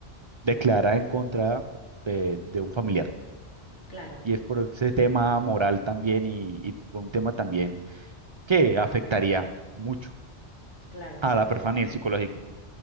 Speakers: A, on the right; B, on the left.
A: declarar en contra de, de un familiar.
B: Claro,
A: Y es por ese tema moral también y, y por un tema también que afectaría mucho
B: claro,
A: a
B: sí.
A: la persona y el psicológico.